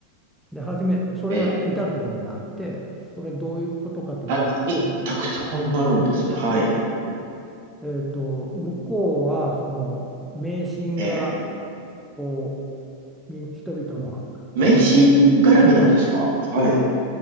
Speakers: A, in the centre; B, on the right.
A: で初めそれが至る所にあってそれどういうことかというと
B: ええ。あ、い、たくさんあるんですね。はい。
A: えーと、向こうはその迷信が
B: ええ。
A: こうみ人々の間に
B: 迷信絡みなんですかはい。